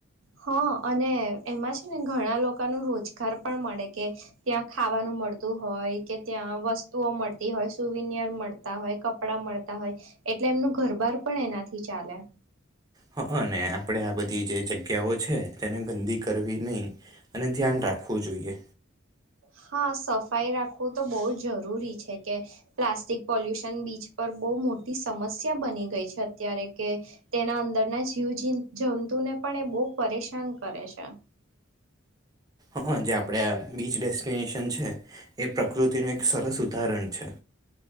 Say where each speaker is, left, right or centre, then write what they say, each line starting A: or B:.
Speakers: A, on the right; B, on the right.
A: હા અને એમાં છે ને ઘણા લોકો ન રોજગાર પણ મળે કે ત્યાં ખાવાનું મળતું હોય કે ત્યાં વસ્તુઓ મળતી હોય સુવિનિયર મળતા હોય કપડા મળતા હોય એટલે એમનું ઘરબાર પણ એનાથી ચાલે
B: હ અને આપણેે આ બધી જે જગ્યાઓ છે તેને ગંદી કરવી નહીિ અને ધ્યાન રાખવું જોઈએ
A: હા સફાઈ રાખવું તો બહ જ જરૂરી છે કે પ્લાસ્ટિક પોલ્યુશન બીચ પર બહુ મોટી સમસ્યા બની ગઈ છે અત્યારે કે તેના અંદરના જીવ જ જંતુને પણ એ બહુ પરેશાન કરે છે
B: હ જે આપણે આ બીચ ડેસ્ટિનેશન છે એ પ્રકૃતિનું એક સરસ ઉદાહરણ છે